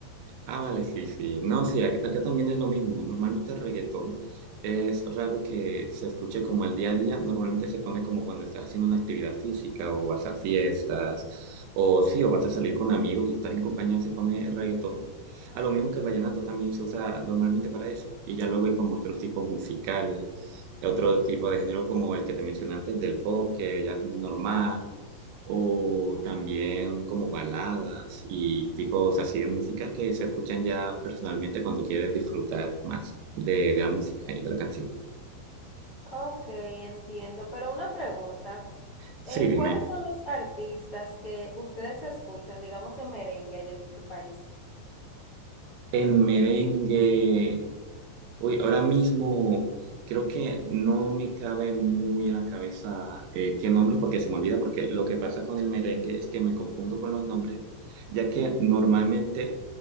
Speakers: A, on the right; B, on the left.
A: Ah, vale, sí, sí. No, sí, ac- acá también es lo mismo. Normalmente el reggaetón es raro que se escuche como el día a día. Normalmente se pone como cuando estás haciendo una actividad física o vas a fiestas o sí, o vas a salir con amigos y estás en compañía, se pone el reggaetón. A lo mismo que el vallenato también se usa normalmente para eso. Y ya luego hay como otros tipos musicales, otro tipo de género como el que te mencioné antes del pop, que ya es muy normal o también como baladas y tipos así de música que se escuchan ya personalmente cuando quieres disfrutar más de, de la música y de la canción.
B: Ok, entiendo, pero una pregunta.
A: Sí,
B: Eh,
A: dime.
B: ¿cuáles son los artistas que ustedes escuchan, digamos, en merengue allá en tu país?
A: En merengue, uy, ahora mismo creo que no me cabe muy en la cabeza eh, qué nombre porque se me olvida, porque lo que pasa con el merengue es que me confundo con los nombres, ya que normalmente